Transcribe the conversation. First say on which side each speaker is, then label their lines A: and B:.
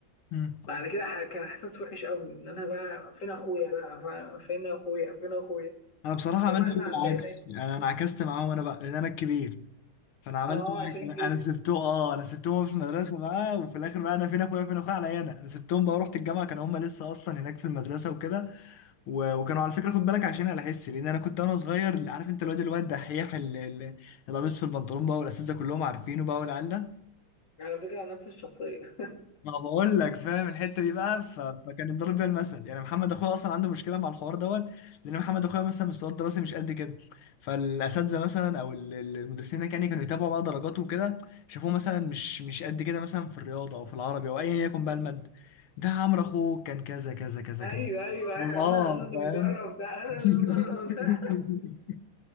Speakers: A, on the left; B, on the left.
A: مم.
B: بعد كده ح- كان احساس وحش قوي ان انا بقى فين اخويا بقى فاهم؟ فين اخويا فين اخويا
A: انا بصراحه عملت
B: سبقنا
A: فيهم
B: على الاعدادي
A: العكس يعني انا عكست معاهم انا بقى لان انا الكبير فانا عملت
B: اه
A: العكس
B: عشان
A: انا
B: كده
A: انا سبتهم اه انا سبتهم في المدرسه بقى وفي الاخر بقى انا فين اخويا فين اخويا عليا انا انا سبتهم بقى ورحت الجامعه كانوا هم لسه اصلا هناك في المدرسه وكده و- وكانوا على فكره خد بالك عشان على حس لان انا كنت وانا صغير عارف انت الواد الواد دحيح اللي اللي- اللي لابس في البنطلون بقى والاساتذه كلهم عارفينه بقى والعيال ده
B: على فكره نفس الشخصيه
A: ما بقول لك فاهم الحته دي بقى ف... فكان يضرب بيها المثل يعني محمد اخويا اصلا عنده مشكله مع الحوار دوت لان محمد اخويا مثلا مستواه الدراسي مش قد كده فالاساتذه مثلا او ال- ال- المدرسين هناك يعني كانوا يتابعوا بقى درجاته وكده شافوه مثلا مش مش قد كده مثلا في الرياضه او في العربي او ايا يكن بقى الماده ده عمرو اخوه كان كذا كذا كذا
B: ايوه
A: كذا
B: ايوه ايوه
A: الله
B: انا انا اللي
A: فاهم
B: مجرب ده انا
A: <laughs>
B: اللي مجرب ده